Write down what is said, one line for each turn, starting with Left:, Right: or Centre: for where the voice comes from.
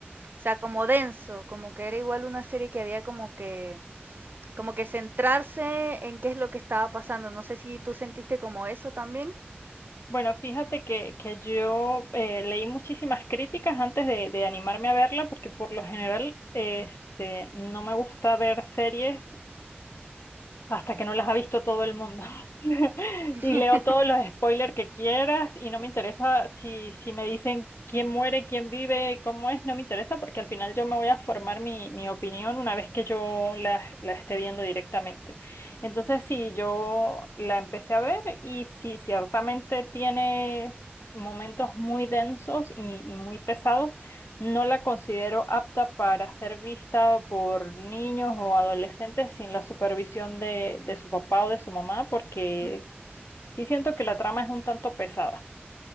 Right: sea, como denso, como que era igual una serie que había como que, como que centrarse en qué es lo que estaba pasando. No sé si tú sentiste como eso también.
Left: Bueno, fíjate que, que yo eh, leí muchísimas críticas antes de, de animarme a verla, porque por lo general este, no me gusta ver series hasta que no las ha visto todo el mundo. <laughs>
Right: <laughs>
Left: Y leo todos los spoilers que quieras y no me interesa si, si me dicen quién muere, quién vive, cómo es, no me interesa porque al final yo me voy a formar mi, mi opinión una vez que yo la, la esté viendo directamente. Entonces, sí, yo la empecé a ver y sí, ciertamente tiene momentos muy densos y, y muy pesados no la considero apta para ser vista por niños o adolescentes sin la supervisión de, de su papá o de su mamá, porque
Right: Mm,
Left: sí siento que la trama es un tanto pesada.